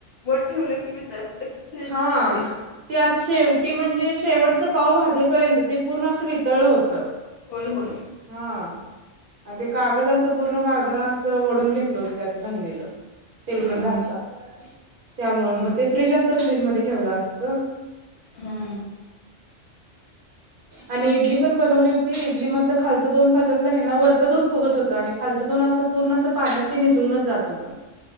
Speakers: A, on the left; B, on the right.
A: वर ठेवलं की वितळतय. पण फ्रीजला
B: हा
A: राहतय
B: ते आता शेवटी म्हणजे शेवटचं पाव भाजेपर्यंत, ते पूर्ण असं वितळल होतं.
A: होय होय
B: हा आणि ते कागद असं पूर्ण कागदाना असं वडुन घेतलं होतं, त्यातून राहिलेलं.
A: हा
B: तेलकट झालता, त्यामुळ
A: हा
B: मग ते फ्रीज असत फ्रीज म ठेवलं असत.
A: हा
B: आणि इडली पण बनवली होती, इडली मधलं खालचं दोन साचातल आहे ना, वरचं दोन फुगत होत आणि खालचं दोन अस पूर्ण असं पाण्यात ते निचळूनच जात होतं.